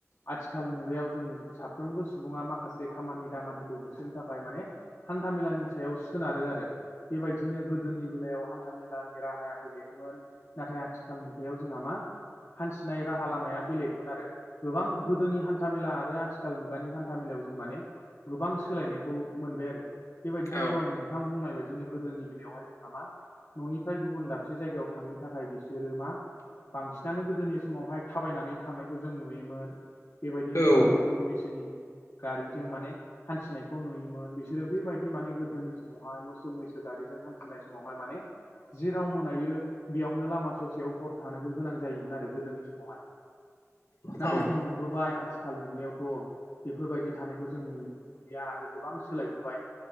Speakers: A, on the left; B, on the left.
A: आथिखाल मुगायाव जों साफ्रोमबो सुबुङा माखासे खामानि दामानिखौ होसोनो थाखाय माने हान्था मेलानि सायाव सोनारो आरो बेबायदिनो गोदोनि बेलायाव हान्था मेलानि राहाया बेलेगमोन नाथाय आथिखाल मुगायाव जोंहा मा हान्थिनाय राहा लामाया बेलेगमोन आरो गोबां गोदोनि हान्था मेला आरो आथिखाल मुगानि हान्था मेलायाव जों माने गोबां सोलायनायखौ मोनबाय आरो बेबायदिनो
B: औ
A: दहय नोंथां बुंनाय बायदिनो गोदोनि बेलायावहाय जोंहा मा न'निफ्राय गुबुन दाबसे जायगायाव थांनो थाखाय बिसोरो मा बांसिनानो गोदोनि समावहाय थाबायनानै थांनायखौ जों नुयोमोन बेबायदिनो
B: औ
A: जा मोसौ मोसौ मैसोनि गारिजों माने हान्थिनायखौ नुयोमोन बिसोर बिसोरो बे बायदि माने गोदोनि समावहाय मोसौ मैसो गारिजों हान्थिनाय समावहाय माने जेराव मोनायो बेयावनो लामा ससेयाव हर थानोबो गोनां जायोमोन आरो गोदोनि समावहाय
B: औ
A: नाथाय जों नुबोबाय आथि खाल मुगायावथ' बेफोरबायदि थानायखौ जों नुलिया आरो गोबां सोलाय नुबाय